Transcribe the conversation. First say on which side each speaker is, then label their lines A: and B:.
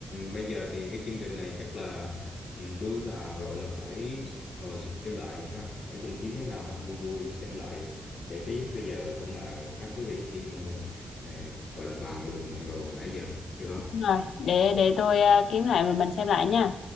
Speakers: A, on the left; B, on the left.
A: bây giờ thì cái chương trình này chắc là ừ, tôi và gọi là phải ngồi xem lại ha nói chung kiếm cái nào đó vui vui xem lại giải trí bây giờ cũng là khá thú vị khi mà mình ờ, gọi là bàn luận đồ nãy giờ được không
B: Đúng rồi, để để tôi ờ, kiếm lại rồi mình xem lại nha.